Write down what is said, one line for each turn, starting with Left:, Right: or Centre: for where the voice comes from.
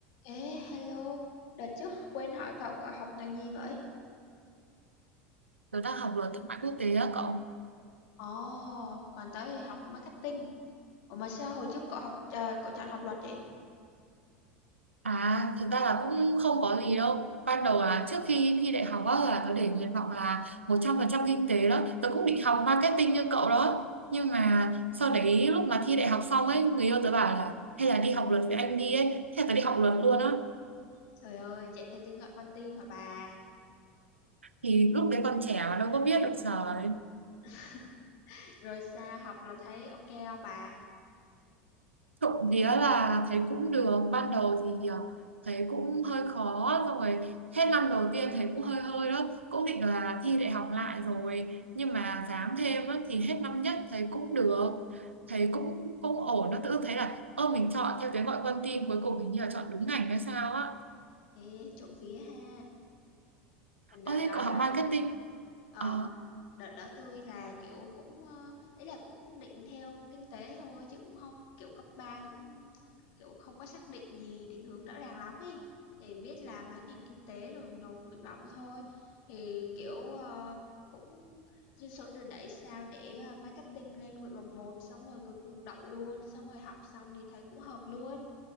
Left: Ê, hello, đợt trước quên hỏi cậu cậu học ngành gì vậy?
Right: Tớ đang học luật thương mại quốc tế á cậu.
Left: Ồ, còn tớ thì học marketing. Ủa mà sao hồi trước cậu học ờ, cậu chọn học luật vậy?
Right: À, thực ra là cũng không có gì đâu. Ban đầu là trước khi thi đại học á, là tớ để nguyện vọng là 100% kinh tế đó. Tớ cũng định học marketing như cậu đó. Nhưng mà sau đấy lúc mà thi đại học xong ấy, người yêu tớ bảo là hay là đi học luật với anh đi ấy. Thế là tớ đi học luật luôn á.
Left: Trời ơi, chạy theo tiếng gọi con tim hả bà?
Right: Thì lúc đấy còn trẻ mà đâu có biết được giờ
Left: <laughs> Rồi sao học là thấy ok không bà?
Right: Trộm vía là thấy cũng được ban đầu thì ờ, thấy cũng hơi khó xong rồi hết năm đầu tiên thấy cũng hơi hơi đó cũng định là thi đại học lại rồi nhưng mà ráng thêm á, thì hết năm nhất thấy cũng được thấy cũng cũng ổn nó tự dưng thấy là ơ mình chọn theo tiếng gọi con tim cuối cùng hình như là chọn đúng ngành hay sao á
Left: Ê, trộm vía ha. Còn đợt
Right: ơ thế
Left: đó
Right: cậu
Left: là
Right: học marketing
Left: ờ
Right: ờ
Left: Đợt đó tôi là, kiểu, cũng, ơ, ý là cũng định theo kinh tế thôi chứ cũng không kiểu, cấp 3 cũng, kiểu, không có xác định gì định hướng rõ ràng lắm ấy, thì biết là mấy ngành kinh tế rồi nộp nguyện vọng thôi. Thì, kiểu, ờ, cũng dân số đưa đẩy sao để, ơ, marketing lên nguyện vọng một xong rồi cuối cùng đậu luôn, xong rồi học xong thì thấy cũng hợp luôn,